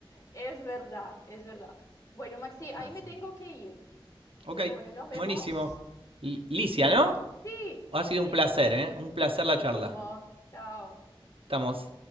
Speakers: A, on the left (about 40°); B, on the right (about 80°).
A: Es verdad, es verdad. Bueno, Maxi, ahí
B: Así
A: me tengo que ir,
B: Ok,
A: pero bueno, nos vemos.
B: buenísimo. Licia, ¿no?
A: Sí,
B: Ha sido
A: sí,
B: un placer, ¿eh? Un placer
A: lo
B: la
A: mismo.
B: charla.
A: Chao.
B: Estamos.